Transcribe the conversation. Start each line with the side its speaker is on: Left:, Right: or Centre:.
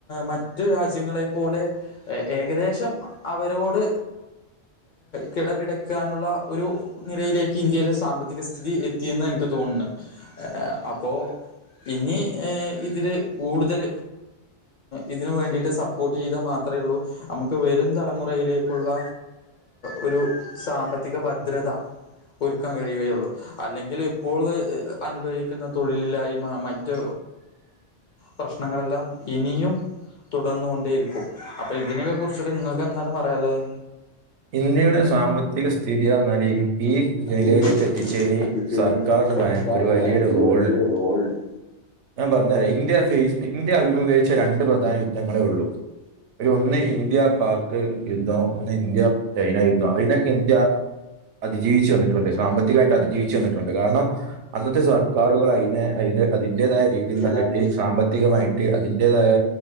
Left: മറ്റ് രാജ്യങ്ങളേപ്പോലെ ഏകദേശം അവരോട് കിടപിടക്ക്യാനുള്ള ഒരു നിലയിലേക്ക് ഇന്ത്യയുടെ സാമ്പത്തിക സ്ഥിതി എത്തിയെന്ന് എനിക്ക് തോന്ന്ണെ അപ്പോ. ൾ ഇനി ഇതിൽ കൂടുതൽ ഇതിനു വേണ്ടിയിട്ട് സപ്പോർട്ട് ചെയ്താൽ മാത്രമേ ഉള്ളൂ നമുക്ക് വരും തലമുറയിലേക്കുള്ള ഒരു സാമ്പത്തിക ഭദ്രത ഒരുക്കാൻ കഴിയുകയുള്ളൂ അല്ലെങ്കിൽ ഇപ്പോൾ അനുഭവ- പിന്നെ തൊഴിലിലായിമ മറ്റ് പ്രശ്നങ്ങളെല്ലാം ഇനിയും തുടർന്നു കൊണ്ടേ ഇരിക്കും അപ്പൊ ഇതിനൊക്കെ കുറിച്ചിട്ട് നിങ്ങൾക്ക് എന്താണ് പറയാള്ളെത്
Right: ഇന്ത്യയുടെ സാമ്പത്തിക സ്ഥിതിയാ ആറ്ന്നാല് ഈ നെലയിലേക്ക്
Left: ഈ
Right: എത്തിച്ചെയ്ന്
Left: എത്തിച്ചതിന്
Right: സർക്കാറിന്
Left: സർക്കാരിന്
Right: ഭയ ഒരു വലിയൊരു
Left: പറയാൻ ഒരു
Right: റോള്ണ്ട്
Left: വലിയൊരു റോളുണ്ട്
Right: ഞാൻ പറഞ്ഞരാ ഇന്ത്യ <unintelligible> ഇന്ത്യ അഭിമു രണ്ട് പ്രധാന യുദ്ധങ്ങളേ ഒള്ളൂ അയ്ല് ഒന്ന് ഇന്ത്യ പാക് യുദ്ധം ഒന്ന് ഇന്ത്യ ചൈന യുദ്ധം അയ്നൊക്കെ ഇന്ത്യ അതിജീവിച്ച് വന്നിട്ടുണ്ട് സാമ്പത്തികയിട്ട് അതിജീവിച്ചു വന്നിട്ടുണ്ട് കാരണം അന്നത്തെ സർക്കാറുകൾ അയ്നെ അയ്ന് അതിന്റെതായ രീതിയിൽ കണ്ടിട്ടെ
Left: ഏതായത്
Right: സാമ്പത്തികമായിട്ട് അതി അതിന്റെതായ